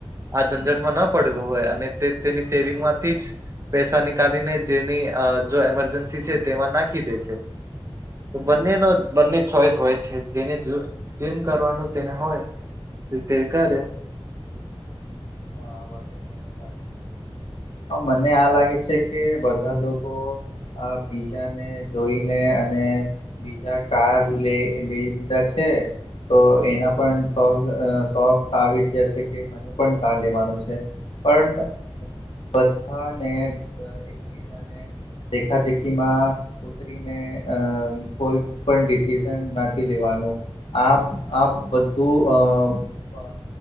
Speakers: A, on the right (about 30°); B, on the left (about 85°).
A: આ ઝંઝટમાં ન પડવું હોય અને તે તેની સેવિંગમાંથી જ પૈસા નીિકળીને જેની જો એમરજન્સી છે તેમાં નાખી દે છે તો બંનેનો
B: હમ,
A: બંને
B: આ
A: ચોઈસ હોય છે જેને જો જીમ કરવાનું તેને હોય તે કરે
B: હા વાત તમે સા
A: આ વર્ષે શેર બજારમાં ઘણા રોકાણકારો ને સારા નફા સાથે લાભ મળ્યો હતો
B: અ મને આ લાગે છે કે બધા લોકો આ બીજાને જોઈને અને બીજા કાર લે લઈ દીધા છે તો એના પણ સઅ સોફ્ટ આવી જસે છે કે મને પણ આ લેવાનું છે પણ બધાને એક અને દેખા દેખી માં તરી ને અ કોઈ પણ ડિસિઝન નથી લેવાનું આ આ બધું અ